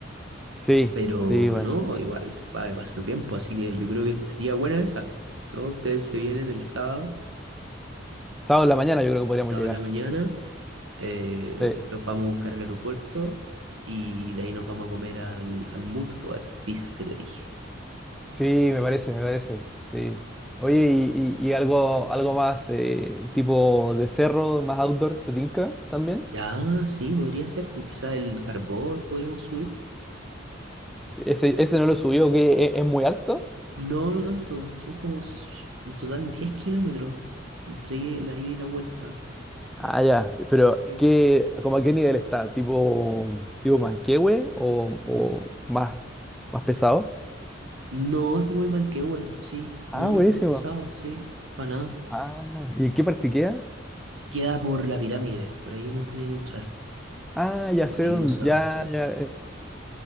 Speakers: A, in the centre; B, on the right.
A: Sí,
B: Pero
A: sí, bueno.
B: no, igual se paga pasar bien, pues, así que yo creo que sería buena esa, ¿no? Ustedes se vienen el sábado,
A: Sábado en la mañana yo creo que podríamos
B: sábado
A: llegar.
B: en la mañana, eh,
A: Sí,
B: los vamos a buscar al aeropuerto y de ahí nos vamos a comer al, al Mut, po a esas pizzas que te dije.
A: sí, me parece, me parece, sí. Oye, y, y- y algo, algo más eh, tipo de cerro, más outdoor, ¿te tinca también?
B: Ya, sí, podría ser, pues, quizá el carbón podríamos subir.
A: Sí, Ese, ese no lo subió que es, es muy alto.
B: No, no tanto. Son como s- en total 10 kilómetros entre ida- la ida y la vuelta.
A: Ah, ya, pero
B: Sí.
A: ¿qué, como a qué nivel está? ¿Tipo, tipo Manquehue o, o más, más pesado?
B: No, es como el Manquehue, sí.
A: Ah,
B: No,
A: buenísimo.
B: no es tan pesado, sí. Para nada.
A: Ah, ¿y en qué parte queda?
B: Queda por la pirámide. Por ahí uno tiene que entrar.
A: Ah, ya
B: y Por
A: sé
B: ahí
A: dónde,
B: uno se
A: ya,
B: va, claro.
A: ya, eh,